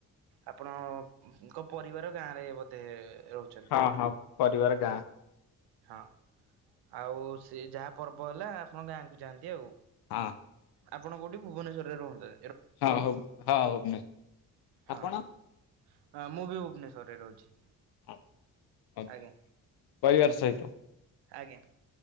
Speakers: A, on the right (about 80°); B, on the left (about 70°).
A: ଆପଣ ଙ୍କ ପରିବାର ଗାଁରେ ବୋଧେ ରହୁଛି।
B: ହଁ ହଁ ପରିବାର ଗାଁରେ।
A: ହଁ ଆଉ ସେ ଯାହା ପର୍ବ ହେଲା ଆପଣ ଗାଁକୁ ଯାଆନ୍ତି ଆଉ
B: ହଁ।
A: ଆପଣ କୋଉଠି ଭୁବନେଶ୍ୱରରେ ରହନ୍ତି।
B: ହଁ ହଉ ହଁ ଭୁବନେଶ୍ୱରରେ
A: ହଁ।
B: ଆପଣ?
A: ହଁ ମୁଁବି ଭୁବନେଶ୍ୱରରେ ରହୁଛି।
B: ଆଚ୍ଛା
A: ଆଜ୍ଞା
B: ପରିବାର ସହିତ।
A: ଆଜ୍ଞା।